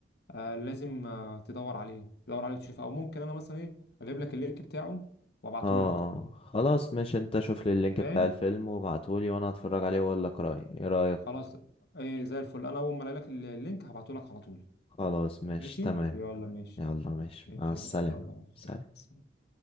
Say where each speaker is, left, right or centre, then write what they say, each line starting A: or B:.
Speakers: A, on the left; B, on the left.
A: آه، لازم آه، تدور عليه تدور عليه وتشوفه او ممكن انا مثلا ايه اجيب لك اللينك بتاعه وابعته
B: آه
A: لك
B: خلاص ماشي انت شوف لي اللينك
A: اللي فاهم
B: بتاع الفيلم وابعتهولي وانا هتفرج عليه واقول لك رأيي ايه رأيك
A: خلاص ايه زي الفل انا اول ما الاقي لك اللينك هبعته لك على طول
B: خلاص ماشي
A: ماشي
B: تمام
A: يلا ماشي
B: يلا ماشي
A: ماشي
B: مع السلامة
A: يا باشا يلا
B: سلام
A: سلام.